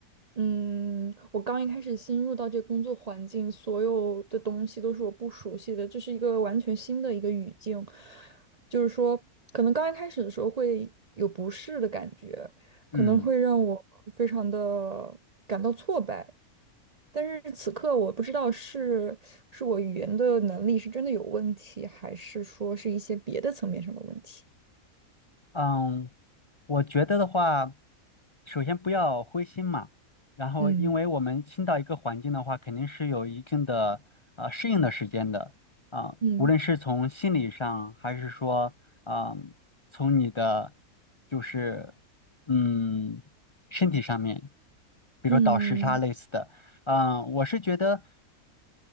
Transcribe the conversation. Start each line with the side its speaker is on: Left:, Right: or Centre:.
Right: 嗯，我刚一开始新入到这个工作环境，所有的东西都是我不熟悉的，这是一个完全新的一个语境，就是说，可能刚一开始的时候会有不适的感觉，
Left: 嗯
Right: 可能会让我非常的感到挫败。但是此刻我不知道是是我语言的能力是真的有问题，还是说是一些别的层面上的问题。
Left: 嗯，我觉得的话，首先不要灰心嘛，然后因为我们新到一个环境的话，
Right: 嗯
Left: 肯定是有一定的呃适应的时间的啊，
Right: 嗯
Left: 无论是从心理上，还是说，啊，从你的就是嗯身体上面，比如说倒时差类似的，
Right: 嗯
Left: 嗯，我是觉得。